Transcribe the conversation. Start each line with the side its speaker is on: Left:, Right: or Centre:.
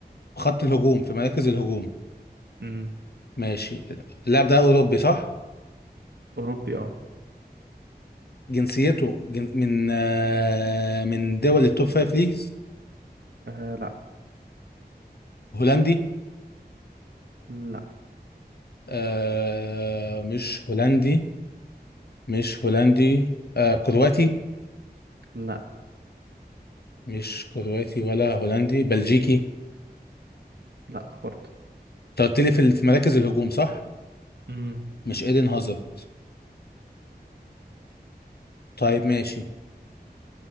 Left: خط الهجوم في مراكز الهجوم
Right: امم
Left: ماشي اللاعب ده اوروبي صح
Right: أوروبي اه
Left: جنسيته جن... من آه... من دول التوب فايف ليجز
Right: آه، لا
Left: هولندي
Right: لا
Left: آه... مش هولندي مش هولندي آه... كرواتي
Right: لا
Left: مش كرواتي ولا هولندي بلجيكي
Right: لا برضه
Left: انت قلت لي في ال- في مراكز الهجوم صح
Right: امم
Left: مش ايدن هازارد طيب ماشي